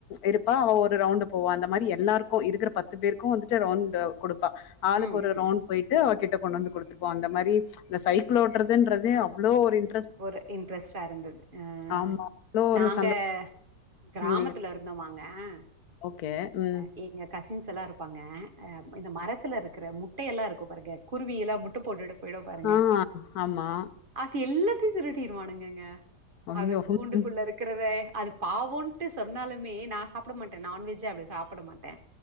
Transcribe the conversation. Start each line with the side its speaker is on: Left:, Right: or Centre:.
Left: இருப்பா அவ ஒரு ரவுண்டு போவா அந்த மாரி எல்லாருக்கு இருக்கற பத்து பேருக்கு வந்து ட்டு ரவுண்டு குடுப்பா ஆளுக்கு
Right: ம்
Left: ஒரு
Right: ம்
Left: ரவுண்ட்
Right: ம்
Left: போய்ட்டு அவ கிட்ட கொண்டு வந்து குடுத்துருவோ அந்த மாரி இந்த சைக்கிள் ஓட்றதுன்றது அவ்ளோ ஒரு இன்
Right: ஒரு இன்ட்ரெஸ்ட்டா இருந்தது அ அ
Left: ஆமா அவ்ளோ ஒரு
Right: நாங்க
Left: சந்தோ
Right: கிராமத்துல
Left: ம்
Right: இருந்தோமாங்க
Left: ஓகே
Right: இந்த
Left: ம்
Right: எங்க கஸ் ஸின்ஸ் எல்லா இருப்பாங்க அ இந்த மரத்துலருக்கற முட்டையெல்லா இருக்கும் பாருங்க குருவியெல்லா முட் ட்டு போட்டுட்டு போயிடோ பாருங்க
Left: ஆ ஆமா
Right: அது எல்லாத் திருடீர்வானுங்கங்க
Left: ஐயோ!
Right: அது கூண்டுக்குள்ள
Left: ம்
Right: இருக்கிறத அது பாவோன்ட்டு சொன்னாலுமே நா சாப்பிட மாட்டேன் நான்வெஜ் அவ்ளோ சாப்பிட மாட் ட